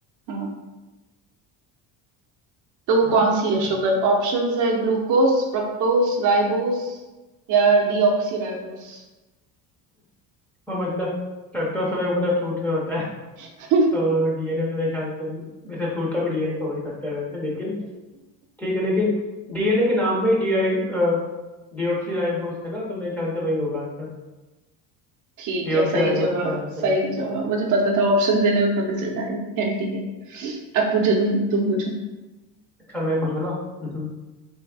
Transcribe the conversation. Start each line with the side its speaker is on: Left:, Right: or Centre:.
Right: हाँ तो वो
Centre: <laughs> हम्म,
Right: कौन सी है शुगर ऑप्शंस है ग्लूकोस फ्रक्टोस राइबोस या डीऑक्सी राइबोस
Centre: वो मतलब फ्रक्टोज हमें पता है फ्रूट में होता है
Right: <laughs>
Centre: तो डीएनए तो मेरे ख्याल से जैसे फ्रूट का भी डीएनए तो हो ही सकता है वैसे लेकिन ठीक है लेकिन डीएनए के नाम में ही डी आई डीऑक्सी राइबोस है ना तो मेरे ख्याल से वही होगा आंसर
Right: ठीक
Centre: डीऑक्सी
Right: है सही
Centre: राइबोस
Right: जवाब
Centre: मेरा आंसर
Right: सही
Centre: है
Right: जवाब मुझे पता था ऑप्शन देने में पता चल जाएगा तो खैर ठीक है अब पूछो तुम तुम पूछो
Centre: अच्छा मैं पूछूं ना हम्म,